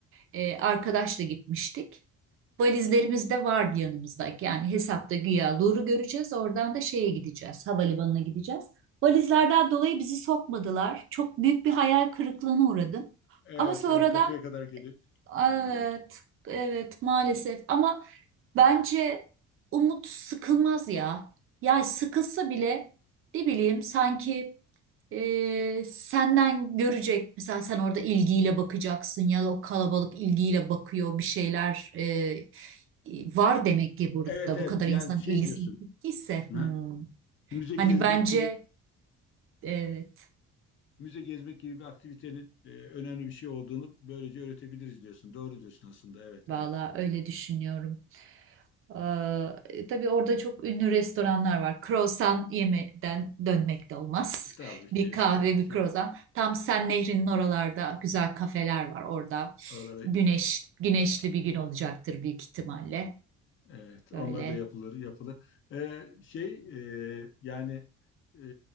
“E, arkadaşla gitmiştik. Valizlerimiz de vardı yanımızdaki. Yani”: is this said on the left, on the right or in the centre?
Right